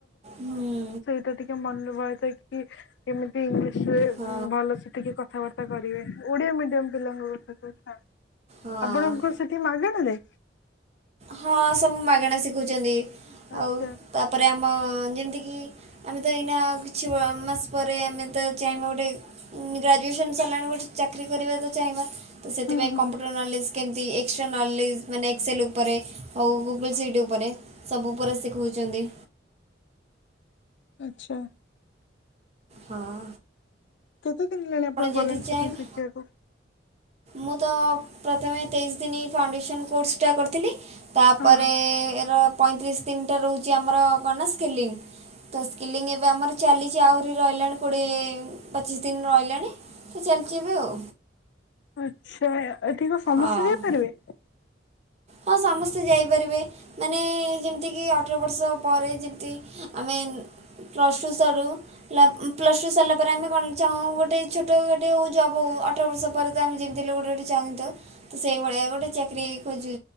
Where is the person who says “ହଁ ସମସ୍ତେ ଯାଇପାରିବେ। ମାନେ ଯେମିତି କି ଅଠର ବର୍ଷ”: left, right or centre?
Right